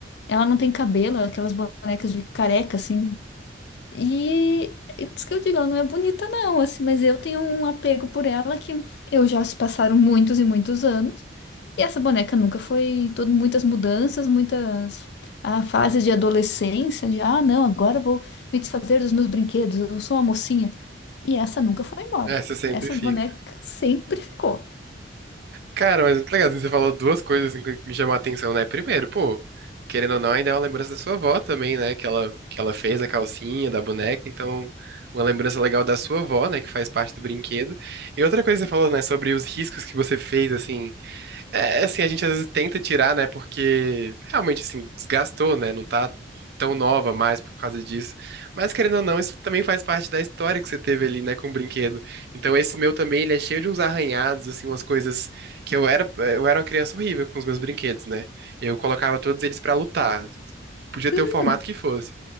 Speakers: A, on the left; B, on the right.
A: Ela não tem cabelo, aquelas bonecas de careca, assim. E é isso que eu digo, ela não é bonita, não, assim, mas eu tenho um apego por ela que eu já se passaram muitos e muitos anos. E essa boneca nunca foi todo, muitas mudanças, muitas ah, fases de adolescência, de ah, não, agora eu vou me desfazer dos meus brinquedos, eu sou uma mocinha. E essa nunca foi embora.
B: Essa sempre
A: Essa
B: fica.
A: boneca sempre ficou.
B: Cara, mas muito legal. assim, Você falou duas coisas assim, que me chamou a atenção, né? Primeiro, pô, querendo ou não, ainda é uma lembrança da sua avó também, né? Que ela, que ela fez a calcinha da boneca. Então, uma lembrança legal da sua avó, né? Que faz parte do brinquedo. E outra coisa que você falou, né? Sobre os riscos que você fez, assim. É, é assim, a gente às vezes tenta tirar, né? Porque realmente, assim, desgastou, né? Não tá tão nova mais por causa disso. Mas, querendo ou não, isso também faz parte da história que você teve ali, né? Com o brinquedo. Então, esse meu também, ele é cheio de uns arranhados, assim, umas coisas que eu era, eu era uma criança horrível com os meus brinquedos, né? Eu colocava todos eles pra lutar. Podia
A: Hum,
B: ter o formato que fosse.